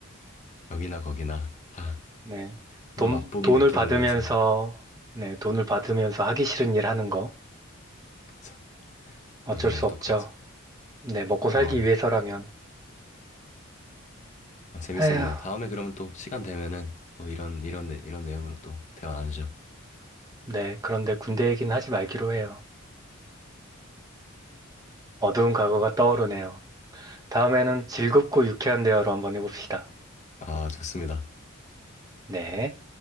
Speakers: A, on the left; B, on the right.
A: 여기나 거기나 다
B: 네.
A: 한번
B: 돈,
A: 맛보기
B: 돈을
A: 느낌으로
B: 받으면서,
A: 해서
B: 네. 돈을 받으면서 하기 싫은 일 하는 거.
A: 그쵸
B: 어쩔
A: 어디나
B: 수
A: 다 똑같죠.
B: 없죠. 네. 먹고 살기
A: 어,
B: 위해서라면.
A: 어, 재밌었네요.
B: 에휴.
A: 다음에 그러면 또 시간 되면은 또 이런 이런 내- 이런 내용으로 또 대화 나누죠.
B: 네, 그런데 군대 얘기는 하지 말기로 해요. 어두운 과거가 떠오르네요. 다음에는 즐겁고 유쾌한 대화로 한번 해봅시다.
A: 아, 좋습니다.
B: 네.